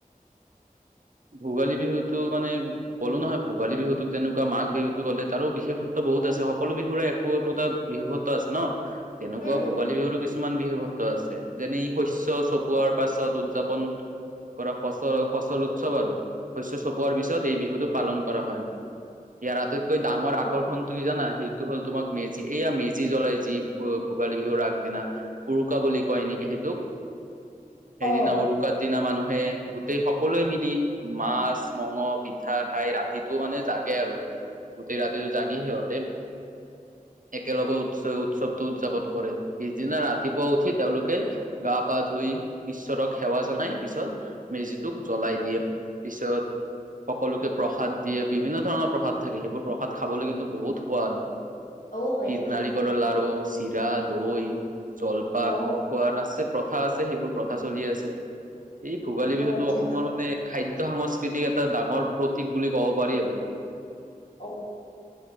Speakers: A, on the right; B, on the left.
A: ভোগালী বিহুতো মানে ক'লো নহয় ভোগী বিহুটোক যেনেকুৱা মা বিহুটো ক'লে তাৰো বিশেষত্ব বহুত আছে সকলো বিহুৰে একো একোটা বিহুত আছে ন তেনেকুৱা
B: উম উম
A: ভোগালী বিহুৰো কিছুমান বিহু সত্ব আছে যেনে শস্ চ পোৱাৰ পাছত উদযাপন কৰা ফচল ফচল চব ব আৰুু শস্্য চপোৱাৰ পিছত এই বিহুতটো পালন কৰা হয়। ইয়াৰ আটাইতকৈ ডাঙৰ
B: উম
A: আকৰ্ষণ কি জানা সেইটো হ'ল তোমাক মেজি এইয়া মেজি জ্বলাই যি ভোগালী বিহুৰ আগদিনা। উৰুকা বুলি কয় নেকি সেইটোক? সেইদিনা
B: অ
A: উৰুকাৰ দিনা মানুহে গোটেই সকলোৱে মিলি মাছ মঙহ পিঠা খাই ৰাতিটো মানে জাগে আৰু। গোতেই ৰাতিতো জাগিহি সিহঁতে একেলগত উৎস-উৎসৱতটো উদযাপন কৰে পিছদিনা ৰাতিপুৱা উঠি তেওঁলোকে গা পা ধুই ঈশ্বৰক সেৱা জনাই পিছত মেজিটোক জ্বলাই দিয়ে। পিছত সকলোকে প্ৰসাদ দিয়ে বিভিন্ন ধৰণৰ প্ৰসাদ থাকে সেইবোৰ প্ৰসাদ খাবলৈ কিন্তু বহুত সোৱাদ।
B: অ হয়
A: তিল
B: নেকি
A: নাৰিকৰ লাৰু চিৰা দৈ জলপান
B: অ
A: খোৱাদ আছে। প্ৰথা আছে সেইবোৰ প্ৰথা চলি আছে। এই ভোগালী
B: অ
A: বিহুতটো
B: আচ্ছা
A: অসমৰ
B: আচ্ছা
A: মানে খাদ্য সংস্কৃতিক এটা ডাঙৰ প্ৰতীক বুলি ক'ব পাৰি আৰু।
B: অ,